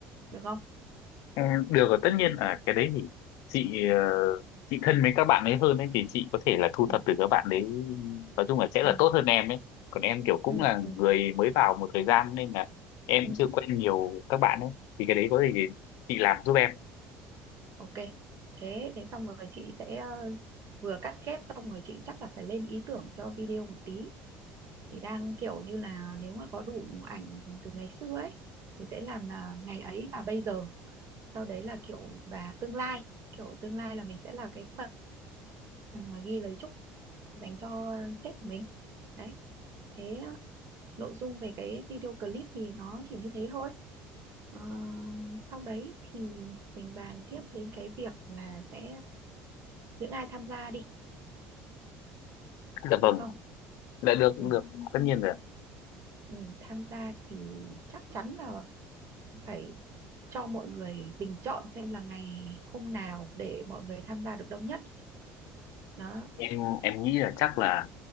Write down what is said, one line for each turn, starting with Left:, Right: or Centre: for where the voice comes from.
Right: được không
Left: Ừ, được rồi tất nhiên là cái đấy thì chị ờ, chị thân với các bạn ấy hơn ấy thì chị có thể là thu
Right: ừ
Left: thập từ các bạn đấy nói chung là sẽ là
Right: ừ
Left: tốt hơn em ấy còn em kiểu cũng
Right: ừ
Left: là
Right: ừ,
Left: người mới vào một thời gian nên là em
Right: ừ.
Left: chưa quen nhiều các bạn ấy thì cái đấy có gì thì chị làm giúp em
Right: Ok, thế thế xong rồi chị sẽ ờ, vừa cắt ghép xong rồi chị chắc là phải lên ý tưởng cho video một tí. Thì đang kiểu như là nếu mà có đủ ảnh từ ngày xưa ấy thì sẽ làm là ngày ấy và bây giờ, sau đấy là kiểu và tương lai, kiểu tương lai là mình sẽ là cái phần mà ghi lời chúc dành cho sếp của mình. Đấy, thế ờ, nội dung về cái video clip thì nó chỉ như thế thôi. Ờ, sau đấy thì mình bàn tiếp đến cái việc là sẽ những ai tham gia đi
Left: dạ
Right: được
Left: vâng
Right: không
Left: là được cũng
Right: ừ,
Left: được tất nhiên rồi
Right: ừ, tham gia thì chắc chắn là phải cho mọi người bình chọn xem là ngày hôm nào để mọi người tham gia được đông nhất đó
Left: em em nghĩ là chắc là